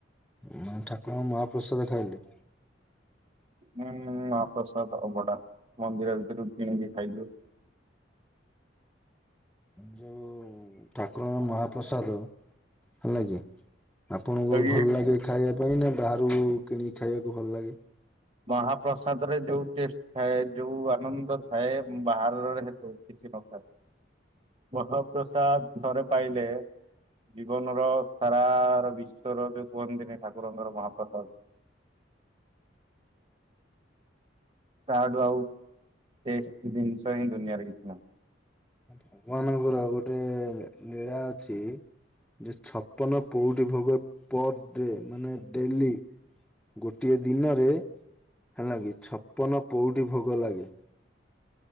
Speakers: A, in the centre; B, on the right.
A: ନା ଠାକୁରଙ୍କ ମହାପ୍ରସାଦ ଖାଇଲେ।
B: ହୁଁ ମହାପ୍ରସାଦ ଅବଡା ମନ୍ଦିର ଭିତରୁ କିଣିକି ଖାଇଲୁ।
A: ଯୋଉ ଠାକୁରଙ୍କ ମହାପ୍ରସାଦ ହେଲା କି ଆପଣଙ୍କୁ
B: ଆଉ
A: ଭଲ
B: ଇଏ
A: ଲାଗେ ଖାଇବା ପାଇଁ ନା ବାହାରୁ କିଣିକି ଖାଇବାକୁ ଭଲ ଲାଗେ?
B: ମହାପ୍ରସାଦ ରେ ଯୋଉ ଟେଷ୍ଟ ଥାଏ ଯୋଉ ଆନନ୍ଦ ଥାଏ ବାହାରରେ ହେତୁ କିଛି ନଥାଏ ମହାପ୍ରସାଦ ଥରେ ପାଇଲେ ଜୀବନ ର ସାରାର ବିଶ୍ଵର ଯୋଉ କୁହନ୍ତିନି ଠାକୁରଙ୍କର ମହାପ୍ରସାଦ ତାଠୁ ଆଉ ଟେଷ୍ଟ ଜିନିଷ ହିଁ ଦୁନିଆରେ କିଛି ନାହିଁ।
A: ଭଗବାନଙ୍କର ଆଉ ଗୋଟେ ଲୀଳା ଅଛି। ଯେ ଛପନ ପୋଉଟି ଭୋଗ ପର ଡେ ମାନେ ଡେଲି ଗୋଟିଏ ଦିନରେ ହେଲା କି ଛପନ ପୋଉଟି ଭୋଗ ଲାଗେ।